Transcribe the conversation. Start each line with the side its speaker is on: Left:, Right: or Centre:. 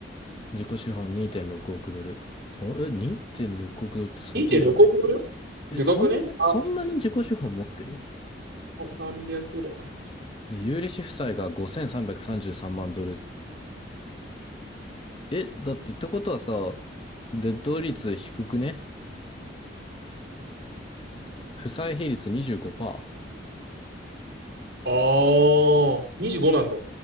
Left: 自己資本2.6億ドル。とえ、2.6億ドルって相当じゃない
Right: 2.6億ドル
Left: え、
Right: でかくねあ、
Left: そんな、そんなに自己資本持ってる
Right: 300ぐらいか。
Left: 有利子負債が5333万ドル。え、だってってことはさ、デッド率低くね負債比率25%。
Right: ああ、25なんだ。